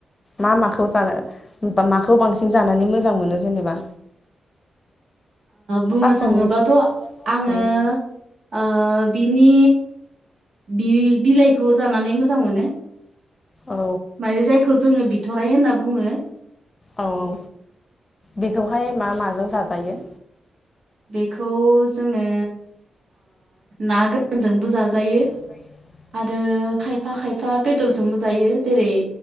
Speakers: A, on the left (about 35°); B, on the right (about 70°).
A: मा माखौ जानो माखौ बांसिन जानानै मोजां मोनो जेनेबा
B: बुंनो
A: थास'नि
B: थाङोब्लाथ' आङो
A: औ
B: ओ बिनि बि बिलाइखौ जानानै मोजां मोनो
A: औ
B: माने जायखौ जोङो बिथ'राय होनना बुङो।
A: औ औ बेखौहाय मा माजों जा जायो
B: बेखौ जोङो ना गोरानजोंबो जाजायो।
A: <unintelligible> <inaudible>
B: आरो खायफा खायफा फा बेदरजोंबो जायो जेरै